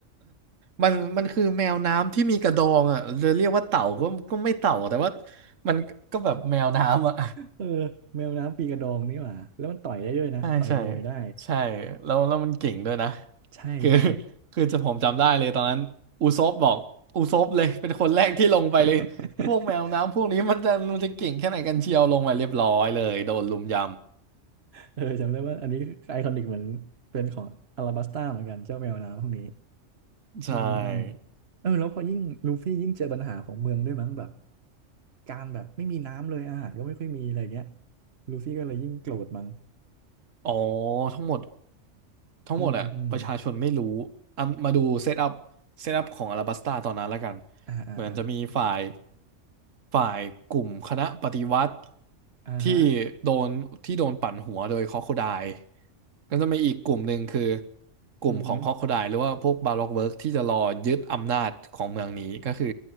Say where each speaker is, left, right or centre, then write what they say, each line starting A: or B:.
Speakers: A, on the right (about 75°); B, on the right (about 55°).
A: มันมันคือแมวน้ำที่มีกระดองอะจะเรียกว่าเต่าก็ก็ไม่เต่าแต่ว่ามันก็แบบแมวน้ำอะ
B: เออแมวน้ำปีกระดองนี่หว่าแล้วมันต่อยได้ด้วยนะต่อยมวยได้
A: ใช่ใช่ใช่แล้วแล้วมันเก่งด้วยนะ
B: ใช่ใช่
A: คือคือจะผมจำได้เลยตอนนั้นอูซบบอกอูซบเลยเป็นคนแรกที่ลงไปเลยพวกแมวน้ำพวกนี้มันจะมันจะเก่งแค่ไหนกันเชียวลงไปเรียบร้อยเลยโดนลุมย
B: <laughs> เออจำได้ว่าอันนี้ไอคอนิกเหมือนเป็นของอลาบัสต้าเหมือนกันเจ้าแมวน้ำพวกนี้
A: ำใช่
B: อืมอืมเออแล้วพอยิ่งลูฟี่ยิ่งเจอปัญหาของเมืองด้วยมั้งแบบการแบบไม่มีน้ำเลยอาหารก็ไม่ค่อยมีอะไรเงี้ยลูฟี่ก็เลยยิ่งโกรธมั้ง
A: อ๋อทั้งหมด ทั้งหมดอะประชาชนไม่รู้
B: อืมอืม
A: อ่ะมาดูเซตอัพเซตอัพของอลาบัสตาตอนนั้นแล้วกัน
B: อ่าอ่าอ่า
A: เหมือนจะมีฝ่ายฝ่ายกลุ่มคณะปฏิวัติ
B: อ่าฮะ
A: ที่โดนที่โดนปั่นหัวโดยคอคโคไดล์ก็จะมีอีกกลุ่มหนึ่งคือกลุ่มของคอคโคไดล์หรือว่าพวกบาร็อกเวิร์กที่จะรอยึดอำนาจของเมืองนี้ก็คือ
B: อือฮือ